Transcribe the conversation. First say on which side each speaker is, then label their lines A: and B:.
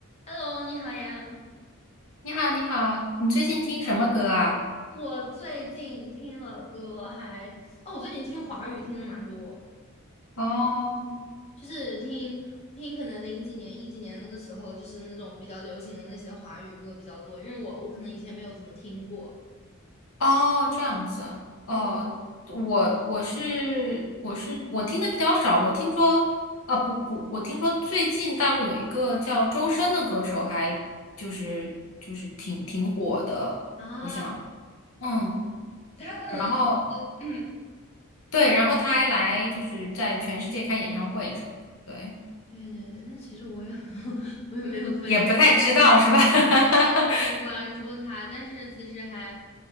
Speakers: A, on the left (about 30°); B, on the left (about 70°).
A: Hello，你好呀。
B: 你好，你好，你最近听什么歌啊？
A: 嗯，我最近听了歌还，哦，我最近听华语听的蛮多，
B: 哦，
A: 就是听听可能零几年、一几年那个时候，就是那种比较流行的那些华语歌比较多，因为我我可能以前没有怎么听过。
B: 哦，这样子，哦，
A: 对
B: 我我是我是我听的比较少，我听说啊不不，我听说最近大陆有一个叫周深的歌手还，就是就是挺挺火的，
A: 啊，
B: 我想，嗯，
A: 他可能是
B: 然后
A: 嗯，
B: 对，然后他还来就是在全世界开演唱会什么的，对，
A: 对对对，但其实我也 <laughs> 我也没有非。
B: 也不太知道是吧？
A: <laughs>
B: <laughs>
A: 也没有特别关注他，但是其实还，